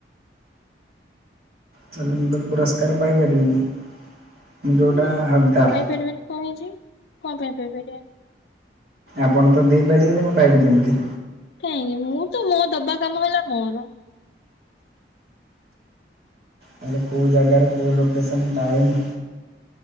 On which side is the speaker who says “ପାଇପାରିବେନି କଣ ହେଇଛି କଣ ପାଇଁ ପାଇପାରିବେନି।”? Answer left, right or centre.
Left